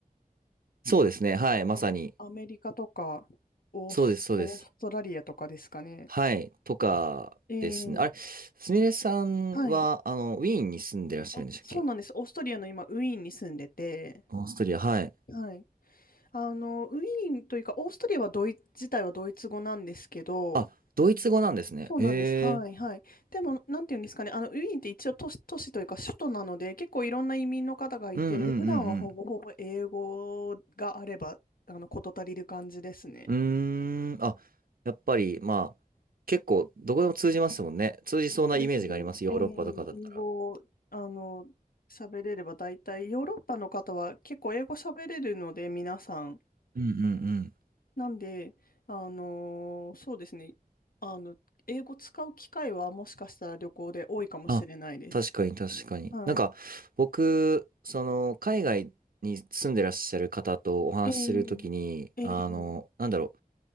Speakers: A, on the right (about 70°); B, on the left (about 70°).
A: そうですね。はい。まさに。
B: あ、アメリカとか、オース、
A: そうです、そうです。
B: オーストラリアとかですかね。
A: はい。とかですね。
B: あ、ええ
A: あれ、すみれさんは、
B: はい。
A: あの、ウィーンに住んでらっしゃるんでしたっけ
B: あ、そうなんです。オーストリアの今、ウィーンに住んでて、
A: オーストリア、はい。
B: はい。あの、ウィーンというか、オーストリアはドイツ、自体はドイツ語なんですけど、
A: あ、ドイツ語なんですね。
B: そうなんです。
A: ええ
B: はい、はい。でも、なんていうんですかね、あの、ウィーンって一応都市、都市というか首都なので、結構いろんな移民の方がいて、
A: うんうんうん
B: 普段はほぼほぼ英語があれば、あの、事足りる感じですね。
A: うん。うーん、あ、やっぱり、まあ、結構、どこでも通じますもんね。通じそうなイメージがあります。
B: そうですね。
A: ヨーロッパとかだったら。
B: えー英語、あの、喋れれば大体、ヨーロッパの方は結構英語喋れるので、皆さん。
A: うんうんうん。
B: なんで、あのーそうですね。あの、英語使う機会はもしかしたら旅行で多いかもしれないです。
A: あ、確かに確かに。
B: はい。
A: なんか、僕、その、海外に住んでらっしゃる方とお話しするときに、
B: えー、えー、
A: あの、なんだろ